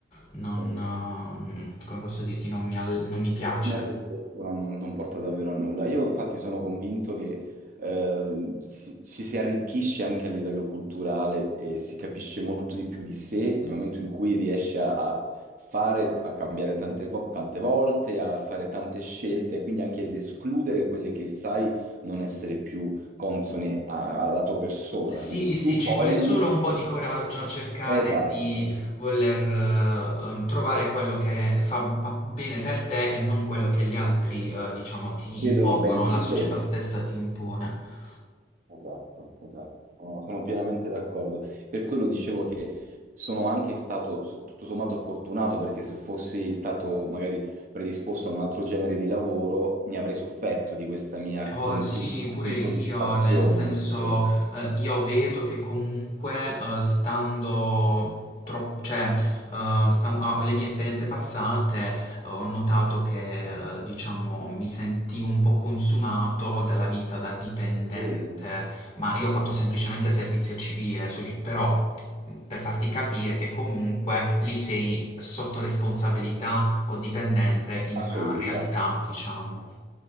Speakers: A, on the left; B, on the right.
A: non,
B: Eh,
A: ehm, come posso dirti, non mi, al- non mi piace.
B: fine a se stesso non, non porta davvero a nulla. Io infatti sono convinto che eh, si- ci si arricchisce anche a livello culturale e si capisce molto di più di sé nel momento in cui riesci a, a fare, a cambiare tante, vo- tante volte, a fare tante scelte e quindi anche ad escludere quelle che sai non essere più consone a- alla tua persona.
A: Sì,
B: Quindi più
A: sì, ci
B: fogli,
A: vuole solo un po' di coraggio a cercare
B: esatto,
A: di voler, eh, eh, trovare quello che fa fa bene per te e non quello che gli altri, eh, diciamo, ti
B: vedono
A: impongono,
B: bene su
A: la
B: di
A: società
B: te.
A: stessa ti impone.
B: Esatto, esatto, sono sono pienamente d'accordo. Per quello dicevo che sono anche stato su- tutto sommato fortunato perché se fossi stato magari predisposto a un altro genere di lavoro ne avrei sofferto di questa mia
A: Oh
B: continua
A: sì, pure
B: insoddisfazione,
A: io, nel senso
B: capito?
A: eh, io vedo che comunque eh, stando troppo, cioè eh, stan- ah, le mie esperienze passate eh, ho notato che eh, diciamo mi sentivo un po' consumato dalla vita da dipendente,
B: Credo.
A: ma io ho fatto semplicemente servizio civile, su- però mh, per farti capire che comunque lì sei sotto responsabilità o dipendente in
B: Assoluta.
A: una realtà, diciamo.